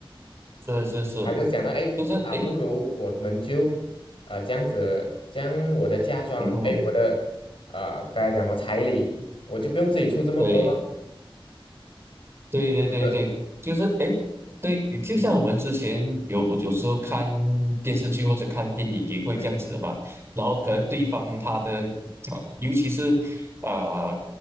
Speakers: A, on the right; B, on the left.
A: 是是是，
B: 他就想到，哎，
A: 就是诶，
B: 啊，不如我们就呃这样子，将我的嫁妆，
A: 嗯哼，
B: 哎，我的呃该怎么彩礼，我就不用自己出这么多了，
A: 对。对对对对，
B: 是不是？
A: 就是哎，对，就像我们之前有有时候看电视剧或者看电影也会这样子的嘛，
B: 嗯，
A: 然后可能对方他的，
B: 是的
A: 啊尤其是呃